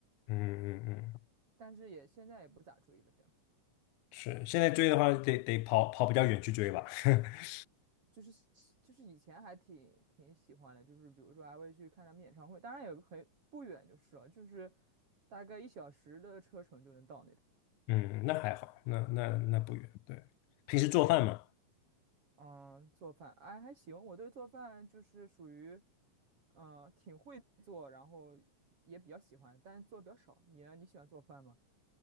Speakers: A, on the left (about 80°); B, on the right (about 45°).
A: 嗯嗯嗯，
B: 但是也现在也不咋追了。这样，
A: 是，现在追的话得得跑跑比较远去追吧。<laughs>
B: 就是喜就是以前还挺挺喜欢的，就是比如说还会去看他们演唱会，当然也很不远就是了，就是大概一小时的车程就能到那
A: 嗯，那还好，那那那不远。对，平时做饭嘛，
B: 嗯，做饭，哎，还行。我对做饭就是属于，嗯，挺会做，然后也比较喜欢，但是做的比较少。你呢？你喜欢做饭吗？